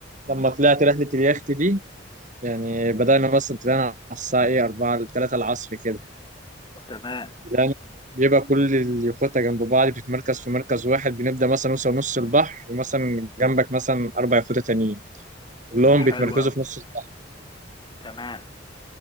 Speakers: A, on the right; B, on the left.
A: لما طلعت رحلة اليخت دي يعني بدأنا مثلا طلعنا على الساعة إيه أربعة لتلاتة العصر كده
B: تمام
A: بدأنا بيبقى كل اليخوتة جنب بعض بتتمركز في مركز واحد بنبدأ مثلا نوصل نص البحر ومثلا جنبك مثلا أربع يخوتة تانيين كلهم
B: حلوه
A: بيتمركزوا في نص البحر
B: تمام